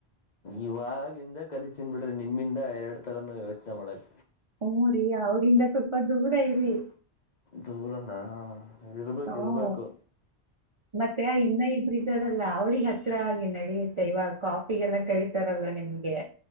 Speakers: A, on the left; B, on the right.
A: ಇವಾಗಿಂದ ಕಲಿತಿನಿ ಬಿಡ್ರಿ ನಿಮ್ಮಿಂದ ಎರಡ ತರಾನು ಯೋಚನೆ ಮಾಡಕ.
B: ಹೂ ರಿ ಅವರಿಂದ ಸ್ವಲ್ಪ ದೂರ ಇರಿ.
A: ದೂರನಾ ಹಾ. ಇರ್ಬೇಕ
B: ಹ್ಮ್
A: ಇರ್ಬೇಕು.
B: ಮತ್ತೆ ಇನ್ನ ಇಬ್ಬರ ಇದಾರಲ್ಲ ಅವ್ರಿಗೆ ಹತ್ರಿ ಆಗಿ ನಡೆಯುತ್ತೆ ಇವಾಗ ಕಾಫಿಗೆಲ್ಲ ಕರಿತರಲ್ಲ ನಿಮ್ಗೆ.